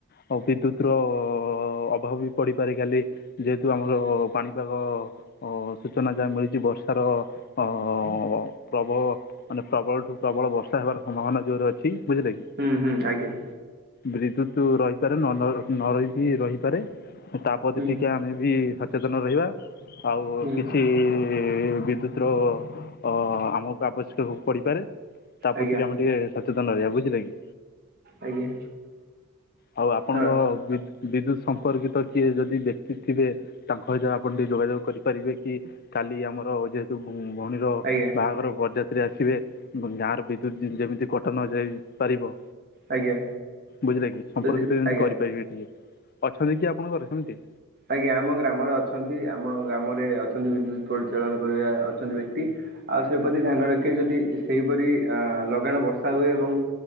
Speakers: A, on the left; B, on the right.
A: ଆଉ ବିଦ୍ୟୁତର ଅଭାବ ବି ପଡ଼ିପାରେ କାଲି ଯେହେତୁ ଆମର ପାଣିପାଗ ଅ ସୂଚନା ଯାହା ମିଳିଚି ବର୍ଷାର ଅ ପ୍ରବ ମାନେ ପ୍ରବଳଠୁ ପ୍ରବଳ ବର୍ଷା ହେବାର ସମ୍ଭାବନା ଯୋଉରେ ଅଛି ବୁଝିଲେ କି
B: ହୁଁ ହୁଁ ଆଜ୍ଞା
A: ବିଦ୍ୟୁତ ରହିପାରେ ନ ନ ନ ରହିକି ରହିପାରେ ତାପରେ
B: ହୁଁ
A: ଟିକେ ଆମେ ବି ସଚେତନ ରହିବା ଆଉ
B: ହୁଁ
A: କିଛି ବିଦ୍ୟୁତ ର ଅ ଆମକୁ ଆବଶ୍ୟକ ପଡିପାରେ।
B: ଆଜ୍ଞା
A: ଆମେ ଟିକେ ସଚେତନ ରହିବା ବୁଝିଲେ କି।
B: ଆଜ୍ଞା
A: ଆଉ ଆପଣଙ୍କ
B: ହଁ
A: ବି ବିଦ୍ୟୁତ ସମ୍ପର୍କିତ କିଏ ଯଦି ବ୍ୟକ୍ତି ଥିବେ ତାଙ୍କ ଭିତରେ ଆପଣ ଟିକେ ଯୋଗାଯୋଗ କରିପାରିବେ କି? କାଲି ଆମର ଯେହେତୁ ଭଉଣୀର
B: ଆଜ୍ଞା
A: ବାହାଘର ବରଯାତ୍ରୀ ଆସିବେ ଗାଁ ର ବି ଜୁ ଯେମିତି କଟା ନ ଯାଇ ପାରିବ।
B: ଆଜ୍ଞା
A: ବୁଝିଲେ କି ସମ୍ପର୍କିତ
B: ଯଦି
A: ଯେମିତି
B: ଆଜ୍ଞା
A: କରିପାରିବେ ଟିକେ ଅଛନ୍ତି କି ଆପଣଙ୍କର ସେମିତି?
B: ଆଜ୍ଞା ଆମ ଗ୍ରାମରେ ଅଛନ୍ତି ଆମ ଗ୍ରାମରେ ଅଛନ୍ତି ବିଦ୍ୟୁତ ପରିଚାଳନ କରିବା ଅଛନ୍ତି ବ୍ୟକ୍ତି। ଆଉ ସେ ପ୍ରତି ଧ୍ୟାନ ରଖେ ଯଦି ସେଇପରି ଆଁ ଲଗାଣ ବର୍ଷା ହୁଏ ଏବଂ